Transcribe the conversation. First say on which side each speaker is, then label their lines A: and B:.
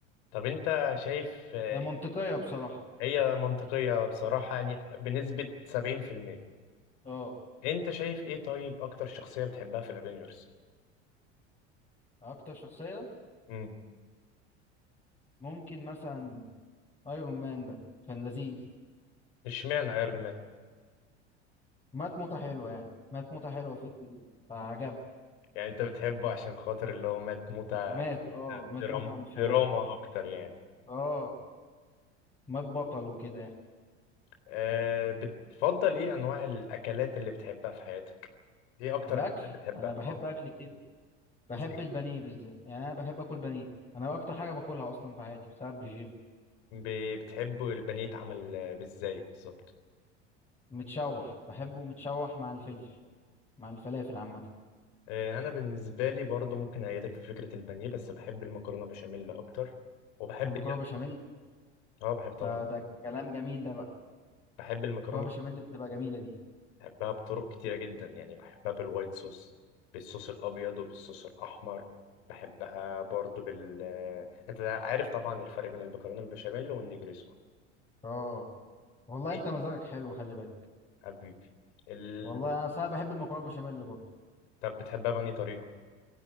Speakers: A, on the left (about 65°); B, on the left (about 20°).
A: طب أنت شايف آه،
B: هي منطقيه بصراحه
A: هي منطقية بصراحة يعني بنسبة 70%
B: اه
A: أنت شايف إيه طيب أكتر شخصية بتحبها في الأفينجرز؟
B: اكتر شخصيه
A: مم.
B: ممكن مثلا ايرون مان ده كان لذيذ
A: اشمعنى ايرون
B: مات موته حلوه يعني مات موته حلوه في الجديد فعجب
A: يعني انت بتحبه عشان خاطر اللي هو مات موتة
B: مات اه مات
A: درام
B: موته مشرفه
A: دراما
B: يعني.
A: اكتر يعني
B: اه مات بطل وكده يعني
A: أه بتفضل ايه انواع الاكلات اللي بتحبها في حياتك ايه اكتر
B: الاكل
A: اكلات بتحبها
B: انا بحب
A: اه
B: اكل كتير بحب
A: ازاي
B: البانيه بالذات يعني انا بحب اكل بانيه انا اكتر حاجه باكلها اصلا في حياتي بسبب الجيم
A: ب- بتحب البانيه يتعمل آه، ازاي بالظبط
B: متشوح بحبه متشوح مع الفلفل مع الفلافل عامة
A: أه انا بالنسبه لي برضو ممكن ايدك في فكره البانيه بس بحب المكرونه بشاميل اكتر وبحب
B: المكرونة بشاميل
A: اه بحب طبعا
B: ده ده كلام جميل ده بقى
A: بحب المكرونه
B: المكرونة بشاميل اللي بتبقى جميلة دي
A: بحبها بطرق كتيرة جدا يعني بحبها بالوايت صوص بالصوص الأبيض وبالصوص الأحمر بحبها برضو بال آه، أنت عارف طبعا الفرق بين المكرونة البشاميل والنجريسكو
B: اه والله
A: إيه؟
B: انت مزاجك حلو خلي بالك
A: حبيبي ال...
B: والله انا صراحة بحب المكرونة بشاميل برضه
A: طب بتحبها بأنهي طريقة؟